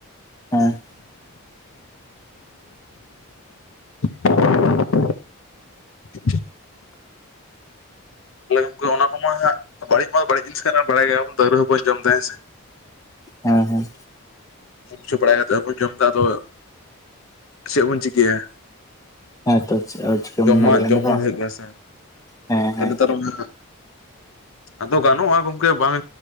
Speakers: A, on the left; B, on the left.
A: ᱦᱮᱸ
B: <unintelligible> ᱛᱟᱞᱮ ᱜᱚᱝᱠᱮ ᱚᱱᱟ ᱠᱚᱢᱟ ᱦᱟᱜ, ᱵᱟᱹᱲᱤᱡ ᱢᱟ ᱵᱟᱹᱲᱤᱡ ᱡᱤᱱᱤᱥ ᱠᱟᱱᱟ, ᱵᱟᱲᱟᱭ ᱜᱮᱭᱟ ᱵᱚᱱ ᱛᱟᱣ ᱨᱮ ᱦᱚᱸ ᱵᱚᱱ ᱡᱚᱢ ᱮᱫᱟ ᱦᱮᱸ ᱥᱮ᱾
A: ᱦᱮᱸ ᱦᱮᱸ,
B: ᱪ ᱵᱟᱲᱟᱭ ᱠᱟᱛᱮᱫ ᱦᱚ ᱵᱚᱱ ᱡᱚᱢ ᱮᱫᱟ, ᱟᱫᱚ ᱪᱮᱫ ᱵᱚᱱ ᱪᱤᱠᱟᱹᱭᱟ᱾
A: ᱦᱮᱸ ᱛᱚ <unintelligible>
B: ᱡᱚᱢᱟᱜ
A: ᱫᱟᱲᱮᱭᱟᱜᱼᱟ
B: ᱡᱚᱢᱟᱜ
A: ᱚᱸᱰᱮ ᱫᱚ
B: ᱦᱩᱭᱩᱜ ᱜᱮᱭᱟ ᱥᱮ,
A: ᱦᱮᱸ ᱦᱮᱸ
B: ᱱᱮᱛᱟᱨ ᱚᱱᱟ ᱟᱫᱚ ᱜᱟᱱᱚᱜᱼᱟ ᱜᱚᱝᱠᱮ ᱵᱟᱝ